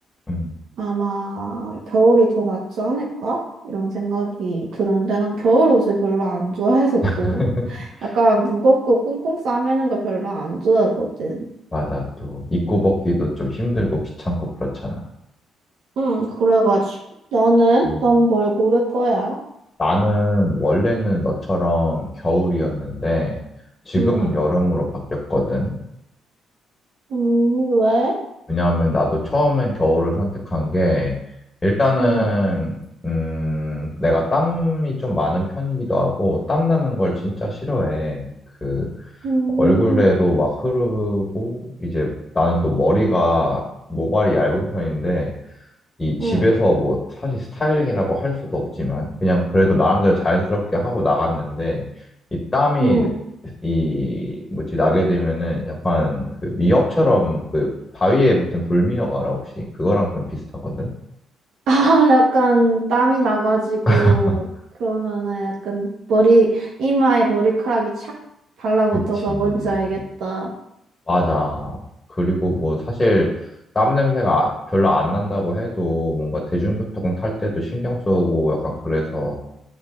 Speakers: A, on the left; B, on the right.
A: 음.
B: 아마 겨울이 더 낫지 않을까? 이런 생각이 드는데 난 겨울 옷을 별로 안 좋아해서
A: <laughs>
B: 또 약간 무겁고 꽁꽁 싸매는 걸 별로 안 좋아하거든.
A: 맞아. 또 입고 벗기도 좀 힘들고 귀찮고 그렇잖아.
B: 응, 그래가지고 너는?
A: 음,
B: 넌 뭘 고를 거야?
A: 나는 원래는 너처럼 겨울이었는데 지금은
B: 응,
A: 여름으로 바뀌었거든.
B: 음, 왜?
A: 왜냐하면 나도 처음엔 겨울을 선택한 게 일단은
B: 응,
A: 음, 내가 땀이 좀 많은 편이기도 하고 땀 나는 걸 진짜 싫어해. 그
B: 음,
A: 얼굴에도 막 흐르고 이제 나는 또 머리가 모발이 얇은 편인데 이 집에서
B: 응,
A: 뭐 사실 스타일링이라고 할 수도 없지만 그냥 그래도 나름대로 자연스럽게 하고 나갔는데 이 땀이
B: 응.
A: 이 뭐지 나게 되면은 약간 그 미역처럼 그 바위에 붙은 돌미역 알아 혹시? 그거랑 좀 비슷하거든.
B: 아, <laughs> 약간 땀이 나가지고
A: <laughs>
B: 그러면은 약간 머리 이마에 머리카락이 착 달라붙어서
A: 그치.
B: 뭔지 알겠다.
A: 맞아. 그리고 뭐 사실 땀 냄새가 별로 안 난다고 해도 뭔가 대중교통 탈 때도 신경 쓰고 약간 그래서